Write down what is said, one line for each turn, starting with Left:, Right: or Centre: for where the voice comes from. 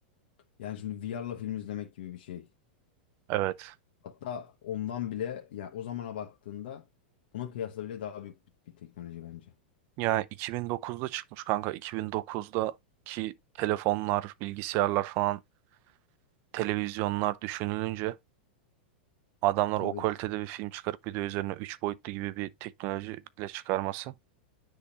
Left: Yani şimdi VR'la film izlemek gibi bir şey.
Right: Evet.
Left: Hatta ondan bile ya o zamana baktığında buna kıyasla bile daha büyük bir, bir teknoloji bence.
Right: Yani 2009'da çıkmış kanka. 2009'daki telefonlar, bilgisayarlar falan, televizyonlar düşünülünce adamlar
Left: Tabii.
Right: o kalitede bir film çıkarıp bir de üzerine 3 boyutlu gibi bir teknolojiyle çıkarması